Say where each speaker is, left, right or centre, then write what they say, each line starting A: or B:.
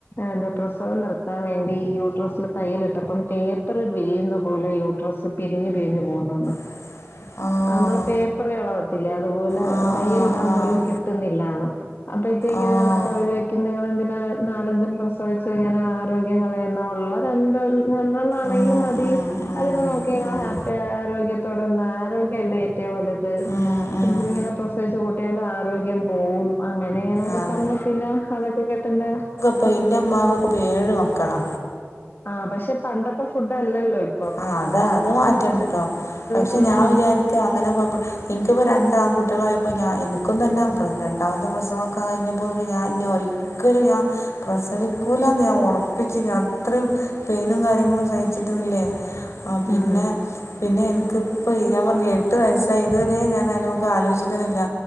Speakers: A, on the left; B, on the left.
A: എന്താ പ്രസവം നിർത്താൻ വേണ്ടി യൂട്രെസിൽ തയ്യലിട്ടപ്പം പേപ്പ് പ്പർ പിരിയുന്ന പോലെ യൂട്രസ് പിരിഞ്ഞ് പിരിഞ്ഞ് പോകുന്നന്ന്.
B: <inaudible> ആഹ്
A: നമ്മള് പേപ്പറ് എളവത്തില്ലേ അതുപോലെ
B: ആഹ്
A: തയ്യലിടാൻ
B: ആഹ് ആഹ്
A: പോലും കിട്ടുന്നില്ലാന്ന്. അപ്പഴത്തേക്ക്
B: ആഹ്
A: ഇതണക്ക് അവരോയിക്കും നിങ്ങളെന്തിനാ നാലഞ്ചും പ്രസവിച്ച് ഇങ്ങനെ ആരോഗ്യം കളയുന്ന ഉള്ള രണ്ട് രണ്ടെണ്ണം ആണെങ്കിലും
B: ഉം
A: മതി
B: ഉം ഉം
A: അതിനെ നോക്കി ഇങ്ങ
B: ഉം
A: ഹാപ്പി ആയ ആരോഗ്യത്തോടെ നിന്നാ ആരോഗ്യല്ലേ ഏറ്റവും വലുത്
B: ഉം ഉം
A: ഇങ്ങനെ പ്രസവിച്ചു കൂട്ടിയാല ആരോഗ്യം പോവും അങ്ങനെ. ഇങ്ങനൊക്കെ
B: അതെ
A: പറഞ്ഞ പിന്ന അതൊക്കെ കേട്ടെന്റ
B: ഇപ്പൊ എന്റെ ഉമ്മാവക്ക് ഇപ്പ ഏഴ് മക്കളാ.
A: ആഹ് പഷെ പണ്ടത്തെ ഫുഡ് അല്ലല്ലോ ഇ
B: ആഹ് അതാ അത് മാറ്റണ്ട് ട്ടോ പക്ഷെ
A: ഉം
B: ഞാൻ വിചാരിക്ക അങ്ങനെ എനിക്കിപ്പോ രണ്ട് ആൺകുട്ടികളായപ്പ ഞാ എനിക്കും തന്നെ രണ്ടാമത്തെ പ്രസവോക്കെ കഴിഞ്ഞപ്പോത്തിന് ഞാൻ ഇൻ ജോ ക്കല് ഞാ പ്രസവിക്കൂല ഞാൻ ഉറപ്പിച്ച് ഞാൻ അത്രയും പെയിനും കാര്യങ്ങളും സഹിച്ചിട്ടുന്നില്ലേ. ആഹ് പിന്നെ.
A: ഉം
B: പിന്നെ എനക്കിപ്പോ ഈ ഞാൻ പറഞ്ഞില്ല എട്ട് വയസ്സായി ഇതുവരെ ഞാൻ അതിനുമുക്ക് ആലോയിച്ചിട്ടന്നുന്നില്ല.